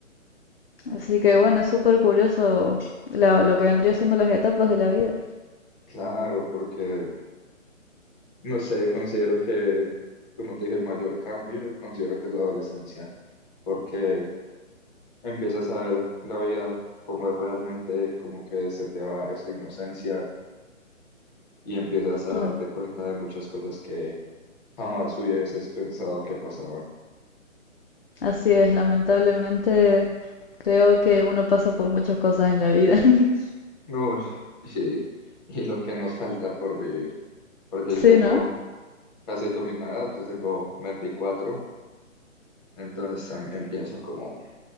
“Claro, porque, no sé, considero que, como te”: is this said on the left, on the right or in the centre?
Left